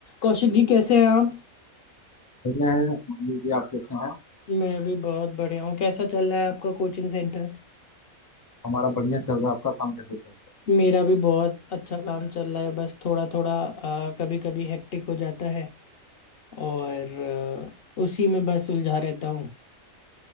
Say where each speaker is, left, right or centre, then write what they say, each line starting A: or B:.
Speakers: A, on the left; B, on the left.
A: कौशिक जी कैसे हैं आप
B: बढ़िया है मान लीजिए आप कैसे हैं
A: मैं भी बहुत बढ़िया हूँ कैसा चल रहा है आपका कोचिंग सेंटर
B: हमारा बढ़िया चल रहा है आपका काम कैसे चल रहा है
A: मेरा भी बहुत अच्छा काम चल रहा है बस थोड़ा थोड़ा कभी कभी हेक्टिक हो जाता है और अ, उसी में बस उलझा रहता हूँ